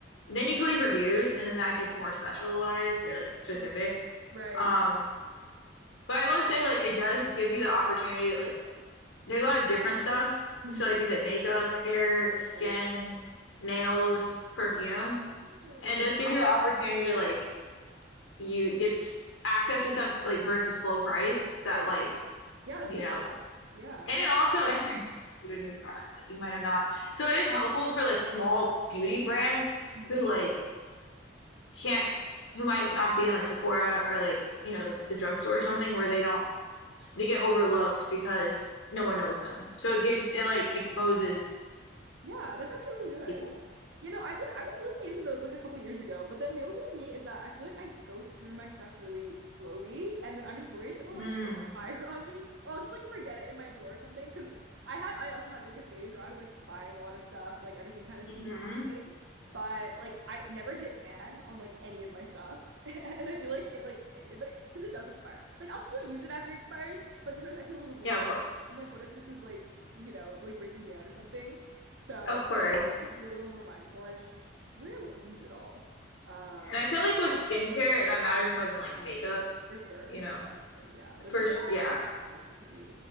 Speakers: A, on the left; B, on the right.
A: then you can leave reviews and then that gets more specialized or like specific.
B: Oh, right.
A: Um
B: Yeah.
A: but I will say like it does give you the opportunity to like there's a lot of different stuff.
B: hmm
A: So like I said, makeup, hair, skin,
B: Right.
A: nails, perfume.
B: Yeah. Oh,
A: And
B: that's-
A: it does give you the opportunity to like you get s- access to stuff like versus full price
B: right.
A: that like
B: Yeah, that's
A: you
B: really
A: know
B: cool. Yeah.
A: and it also introduces you to new products that you might have not so it is helpful for like small beauty brands
B: hmm
A: who like can't who might not be in like Sephora or like you know the, the drugstore or something where they don't they get overlooked because no one knows them so it gives it like exposes
B: Yeah, that's actually really good.
A: people
B: You know, I've been I was looking into those like a couple years ago, but then the only thing with me is that I feel like I go through my stuff really slowly and then I'm just worried it'll
A: mm.
B: like expire <laughs> on me or I'll just like forget it in my drawer or something. Cause I had I also had like a phase where I was like buying a lot of stuff, like everything kind of seemed
A: hmm
B: interesting. But like I never hit pan on like any of my stuff. <laughs> And I feel like it like like, because it does expire. Like I'll still use it after it expires, but sometimes I feel a little weird
A: yeah
B: about
A: of course
B: it. I'm like, what if this is like, you know, like breaking me out or something? So
A: of course
B: I'm trying to like be a little more mindful. I just I sh sh- I won't use it all. Um,
A: and I feel like with skincare that matters more than like makeup
B: for sure.
A: you know
B: Definitely, yeah. Like
A: For
B: with the
A: sure. Yeah,
B: active stuff, it can be